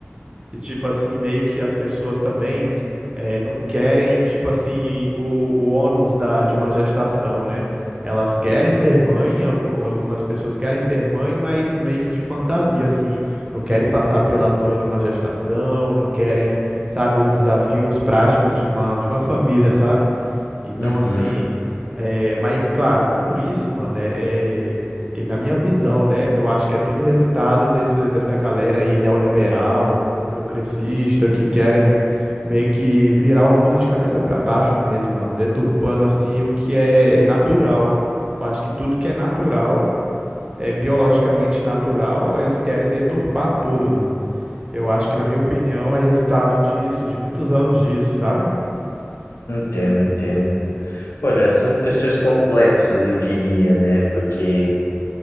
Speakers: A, on the right (about 25°); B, on the left (about 85°).
A: E, tipo assim, meio que as pessoas também eh, não querem, tipo assim, o, o ônus da, de uma gestação, né? Elas querem ser mãe, algu- algumas pessoas querem ser mãe, mas meio que de fantasia, assim. Não querem passar pela dor de uma gestação, não querem, sabe, os desafios práticos de uma, de uma família, sabe? Então,
B: Uhum,
A: assim, é, mas claro, tudo isso, mano, é, é- e na minha visão, né? Eu acho que é tudo resultado dessa, dessa galera aí neoliberal, progressista, que querem meio que virar o mundo de cabeça para baixo mesmo, mano, deturpando assim o que é natural. Eu acho que tudo que é natural, é biologicamente natural, eles querem deturpar tudo, mano. Eu acho que, na minha opinião, é resultado disso, de muitos anos disso, sabe?
B: entendo, entendo. Olha, são questões complexas, eu diria, né? Porque,